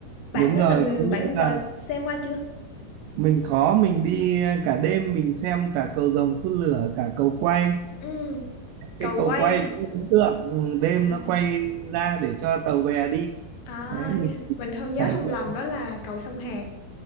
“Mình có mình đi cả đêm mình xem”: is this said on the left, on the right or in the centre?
Right